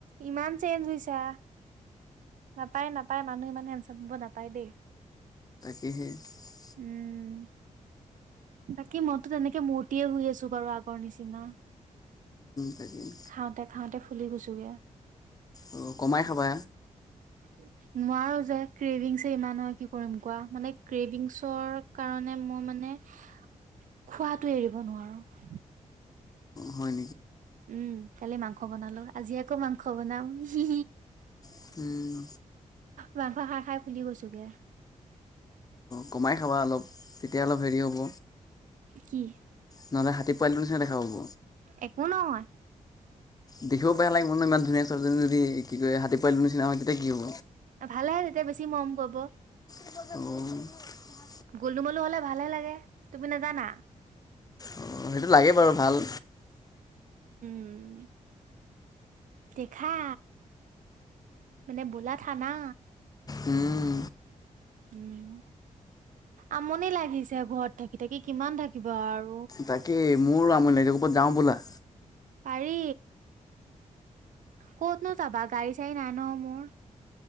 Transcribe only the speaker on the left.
উহু
তাকেই
অঁ কমাই খাবা
হয়
নেকি
কমাই খাবা অলপ তেতিয়া অলপ হেৰি হ'ব
নহ'লে হাতী পোৱালটো নিচিনা দেখা পাব।
দেখিব বেয়া লাগিব ন ইমান ধুনীয়া ছোৱালীজনী যদি কি কৰে হাতী পোৱালোটো নিচিনা হয়। তেতিয়া কি হ'ব?
অ'।
অ', সেইটো লাগে বাৰু ভাল।
উ'ম।
তাকে মোৰ আমনি লাগিছে ক'ৰবাত যাওঁ বলা।